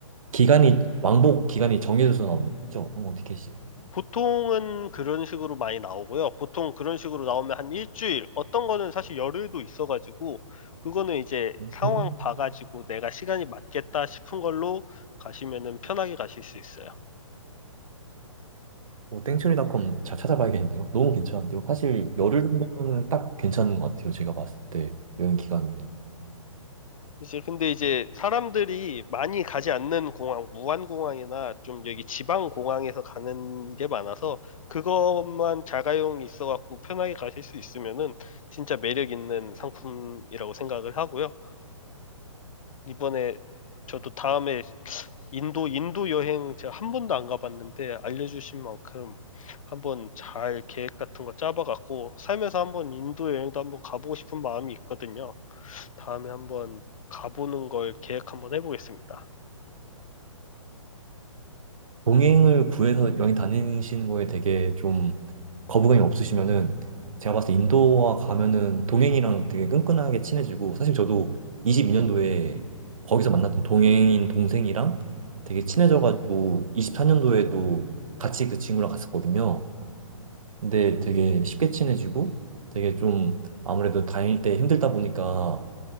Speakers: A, on the right; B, on the left.
A: 기간이 왕복 기간이 정해져서 나오는 거죠? 항공 티켓이.
B: 보통은 그런 식으로 많이 나오고요. 보통 그런 식으로 나오면 한 일주일, 어떤 거는 사실 열흘도 있어가지고, 그거는 이제
A: 음.
B: 상황 봐가지고 내가 시간이 맞겠다 싶은 걸로 가시면은 편하게 가실 수 있어요.
A: 어, 땡처리닷컴 잘 찾아봐야겠는데요. 너무 괜찮은데요. 사실 열흘 정도면은 딱 괜찮은 것 같아요. 제가 봤을 때 여행 기간으로.
B: 이제 근데 이제 사람들이 많이 가지 않는 공항, 무안공항이나 좀 여기 지방 공항에서 가는 게 많아서 그것만 자가용이 있어갖고 편하게 가실 수 있으면은 진짜 매력 있는 상품이라고 생각을 하고요. 이번에 저도 다음에 인도, 인도 여행 제가 한 번도 안 가봤는데 알려주신 만큼 한번 잘 계획 같은 거 짜봐갖고 살면서 한번 인도 여행도 한번 가보고 싶은 마음이 있거든요. 다음에 한번 가보는 걸 계획 한번 해보겠습니다.
A: 동행을 구해서 여행 다니시는 거에 되게 좀 거부감이 없으시면은 제가 봤을 때 인도와 가면은 동행이랑 되게 끈끈하게 친해지고 사실 저도 22년도에 거기서 만났던 동행인 동생이랑 되게 친해져가지고 24년도에도 같이 그 친구랑 갔었거든요. 근데 되게 쉽게 친해지고 되게 좀 아무래도 다닐 때 힘들다 보니까